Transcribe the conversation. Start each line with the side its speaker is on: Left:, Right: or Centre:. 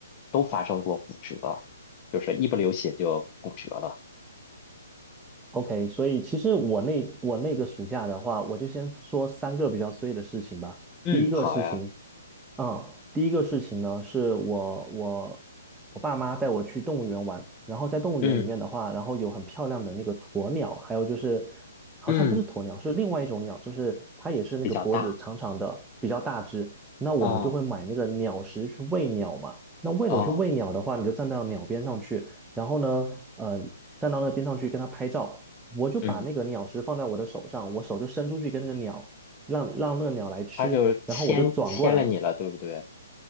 Left: 都发生过骨折，就是一不留神就骨折了。
Centre: OK，所以其实我那我那个暑假的话，我就先说三个比较衰的事情吧。
Left: 嗯，
Centre: 第一个事情，
Left: 好呀，
Centre: 嗯，第一个事情呢，是我我我爸妈带我去动物园玩，然后在动物园里面的话，
Left: 嗯
Centre: 然后有很漂亮的那个鸵鸟，还有就是好像不是鸵鸟，
Left: 嗯，
Centre: 是另外一种鸟，就是它也是那个脖子长长的，
Left: 比较大
Centre: 比较大只。那我们就会买那个鸟食去喂鸟嘛。
Left: 啊
Centre: 那为了去喂鸟的话，
Left: 哦，
Centre: 你就站到鸟边上去，然后呢，呃，站到那边上去跟它拍照。我就把那个鸟食放在我的手上，
Left: 嗯，
Centre: 我手就伸出去跟那个鸟，让让那个鸟来吃，
Left: 他就牵牵了你了，
Centre: 然后我就转过来，
Left: 对不对？